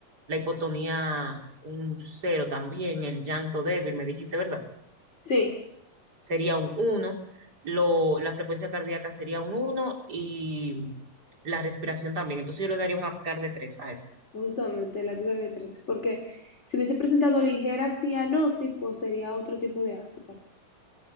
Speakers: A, on the right; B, on the left.
A: la hipotonía un cero también, el llanto débil, me dijiste, ¿verdad?
B: Sí,
A: sería un uno lo, la frecuencia cardíaca sería un uno y la respiración también. Entonces yo le daría un Apgar de 3 a él.
B: justamente el APGAR de 13, porque si hubiese presentado ligera cianosis, pues sería otro tipo de APGAR.